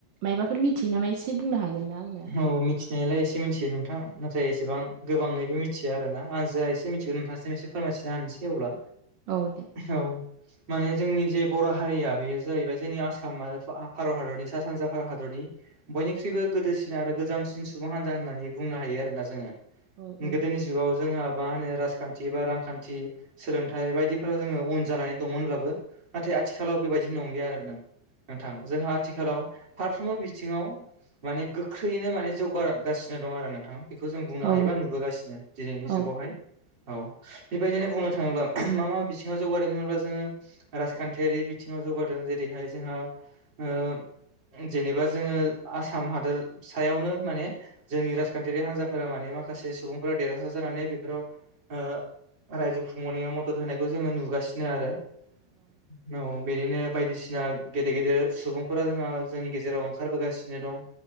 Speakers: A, on the right; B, on the right.
A: मायबाफोर मिथियो नामा एसे बुंनो हागोन ना आंनो?
B: औ मिथिनायालाय एसे मिथियो नोंथां नाथाय एसेबां गोबाङैबो मिथिया आरोना आं जा एसे मिथिगौ नोंथांसिम एसे फोरमायथिना होनस सै अब्ला
A: औ दे
B: औ माने जोंनि जे बर हारिया बेयो जायैबाय जोंनि आसाम आरो भा भारत हादरनि सा सानजा भारत हादरनि बयनिख्रुइबो गोदोसिन आरो गोजामसिन सुबुं हान्जा होननानै बुंनो हायो आरोना जोङो
A: औ औ
B: गोदोनि जुगाव जोंहा मा होनो राजखान्थि बा रांखान्थि सोलोंथाइ बायदिफोराव जोङो उन जानानै दंमोनब्लाबो नाथाय आथिखालाव बेबायदि नंलिया आरो नों नोंथां जोंहा आथिखालाव फारफ्रोमबो बिथिङाव माने गोग ख्रैयैनो माने जौगागासिनो दं आरो नोंथां बेखौ जों बुंनो
A: औ
B: हायोबा नुबोगासिनो दिनैनि
A: औ
B: जुगावहाय औ बेबायदिनो बुंनो थाङोब्ला मा मा बिथिङाव जौगादों होनोब्ला जोङो राजखान्थियारि बिथिङाव जौगादों जेरै बेहाय जोंहा ओ जेनेबा जोङो आसाम हादोर सायावनो माने जोंनि राजखान्थियारि हान्जाफोरा माने माखासे सुबुंफोरा देरहासार जानानै बेफोराव ओ रायजो खुंबोनायाव मदद होनायखौ जोङो नुगासिनो आरो औ बिदिनो बायदिसिना गेदेर गेदेर सुबुंफोरा जोङो जोंनि गे जेराव ओंखारबोगासिनो दं